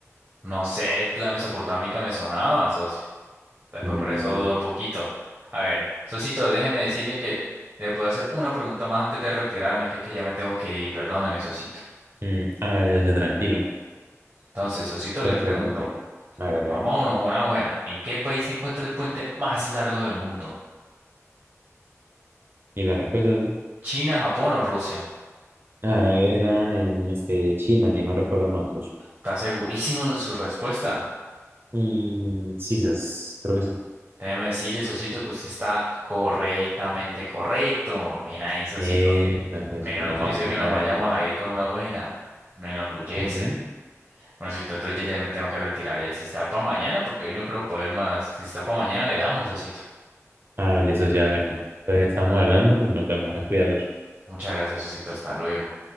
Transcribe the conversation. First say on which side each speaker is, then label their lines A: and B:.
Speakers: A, on the right (about 30°); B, on the right (about 45°).
A: No sé, es que la mesopotámica me sonaba, socio. Después
B: Mm,
A: por eso dudo un poquito. A ver, Sosito, déjeme decirle que le puedo hacer una pregunta más antes de retirarme, que es que ya me tengo que ir, perdóneme, Sosito.
B: mm, hágale, socio, tranquilo.
A: Entonces, Sosito,
B: Pues
A: le pregunto,
B: pregunté. Hágale,
A: vámonos
B: hágale.
A: con una buena. ¿En qué país se encuentra el puente más largo del mundo?
B: ¿Y la respuesta, socio?
A: ¿China, Japón o Rusia?
B: Ah, era en este, China, si no recuerdo mal, socio.
A: ¿Está segurísimo de su respuesta?
B: Y sí, sas, creo que sí.
A: Déjeme decirle, Sosito, que usted está correctamente correcto. Bien ahí, Sosito.
B: Eh, pues,
A: Me
B: socio,
A: enorgullece
B: nos vamos con
A: que
B: una
A: nos vayamos
B: buena.
A: a ir con una buena. Me enorgullece.
B: Ujú.
A: Bueno, si entonces yo ya me tengo que retirar. eh. Si está para mañana, porque hoy no creo poder más. Si está para mañana, le damos, Osito.
B: Hágale, socio, hágale. Entonces, estamos hablando y nos vemos. Cuidados.
A: Muchas gracias, Osito. Hasta luego.